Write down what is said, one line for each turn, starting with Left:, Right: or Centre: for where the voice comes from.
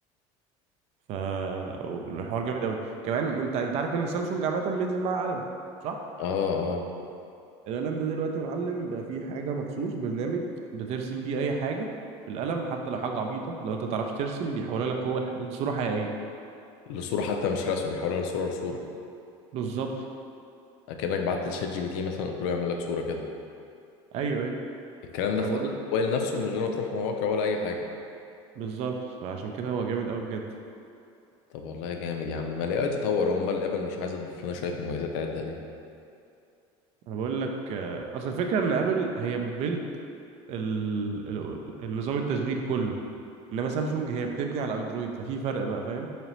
Right: ف الحوار جامد قوي كمان انت انت عارف ان سامسونج عامه بينزل معاها قلم صح
Left: اه اه
Right: القلم ده دلوقتي يا معلم بقى فيه حاجة مخصوص برنامج بترسم بيه أي حاجة بالقلم حتى لو حاجة عبيطة لو أنت متعرفش ترسم بيحولها لك هو الح- لصورة حقيقية
Left: لصورة حتى مش رسم بيحولها لصورة لصورة
Right: بالظبط
Left: اكنك بعت لشات جي بي تي مثلا قلت له يعمل لك صورة كده
Right: أيوه أيوه
Left: الكلام ده
Right: أنا
Left: في
Right: بقول
Left: قلب
Right: لك
Left: الموبايل نفسه من غير ما تروح مواقع ولا اي حاجه
Right: بالظبط فعشان كده هو جامد أوي بجد
Left: طب والله جامد يا عم ما الاي اي تطور هو امال الابل مش عايز تضيف لنا شويه مميزات عدله ليه
Right: أنا بقول لك آه، أصل الفكرة إن أبل هي بتبيلد ال... ال... النظام التشغيل كله إنما سامسونج هي بتبني على أندرويد ففي فرق بقى فاهم